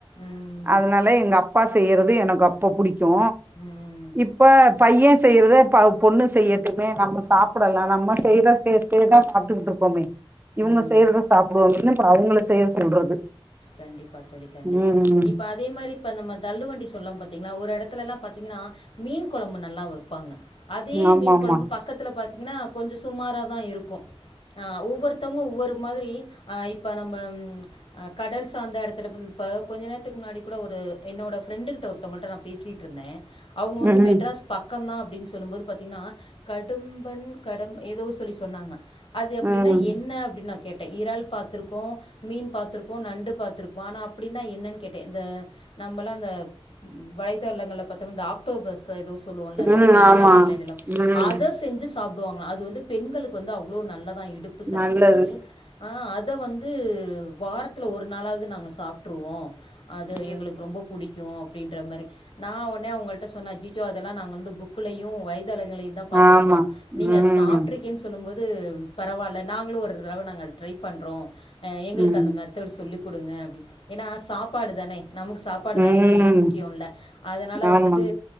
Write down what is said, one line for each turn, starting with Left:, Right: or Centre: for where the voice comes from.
Left: ம்,
Right: அதனால எங்க அப்பா செய்யறது எனக்கு அப் இப்ப புடி சு
Left: ம்,
Right: இப்ப பைய செய்யறது பாவ் பொண்ணு செய்யட்டுமே நம்ம சாப்பிடலா நம்ம செய்ற டேஸ்ட்டு தா சாப்ட்டுக்கிட்டு இருக்கோமே இவுங்க
Left: ம்.
Right: செய்றத சாப்பிடுவோமேனு அவங்கள செய்ய சொல்றது
Left: கண்டிப்பா தோழி கண்டிப்பா
Right: ம்
Left: இப்ப அதே மாரி இப்ப நம்ம தள்ளு வண்டி சொல்லம் பாத்தீங்களா ஒரு இடத்துல எல்லா பாத்தீங்கன்னா மீன் கொழம்பு நல்லா வப்பாங்க அதே
Right: ஆமாமா.
Left: மீன் கொழம்பு பக்கத்துல பாத் பாத்திங்ன்னா கொஞ்ச சுமார தா இருக்கு ஆ ஒவ்வொருத்தவங்க ஒவ்வொரு மாதிரி ஆ இப்ப நம்ம ம் ஆ கடல் சார்ந்த இடத்துல வந் இப்ப கொஞ்ச நேரத்துக்கு முன்னாடி கூட ஒரு என்னோட ஃப்ரெண்டுக்கிட்ட ஒருத்தவங்கள்ட்ட நா பேசிட்டு இருந்தே அவுங்க வந்து
Right: ம்
Left: மெட்ராஸ் பக் பக்க தா அப்டின்னு சொல்லு போது பாத்தீங்னா கடும்பன் கடம் ஏதோ சொல்லி சொன்னாங்க அது அப்படின்னா
Right: ம்
Left: என்ன அப்படின்னு நா கேட் இறால் பாத்திருக்கோ மீன் பாத்திருப் போ நண்டு பாத்திருப்போ ஆனா அப்படின்னா என்னன்னு கேட்டே இந்த நம்மலா இந்த வலைத்தளங்கள்ள பாத்தோம்னா இந்த ஆக்டோபஸ் ஏதோ சொல்லுவோம்ல இந்த
Right: ம்
Left: கை
Right: ஆமா.
Left: எல்லா நீள நீளம்
Right: ம்
Left: அத செஞ்சி சாப்பிடுவாங்க அத் அது வந்து பெண்களுக்கு வந்து அவ்ளோ நல்ல இடுப்பு சக்திக்கு
Right: நல்லது.
Left: ஆ அத் இத வந்து வாரத் ஒரு நாளாவது நாங்க சாப்பிட்ருவோ அது
Right: ம்
Left: எங்களுக்கு ரொம்ப புடிக் க்கு அப்படின்ற மாரி நா உடனே அவங்கள்ட்ட சொன்னே அஜிச்சோ அதெல்லா நாங்க வந்து புக்குலயு வயி தளங்களையுந்தா பாத்ருக்கோ
Right: ஆமா.
Left: நீங்க
Right: ம்
Left: அது சாப்ட்றிக்கேன் சொல்லும் போது அது பரவால்ல நாங்களு ஒரு தரவ நாங்க அத ட்ரை பண்றோ எங்களுக்கு
Right: ம்
Left: அந்த மார் சொல்லி் குடுங்க அப்டி ஏனா சாப்பாடு தானே நமக்கு சாப்பாடு தானே
Right: ம்
Left: மெயின் முக்கியோ ல அதனால
Right: ஆமா.
Left: வந்துட்டு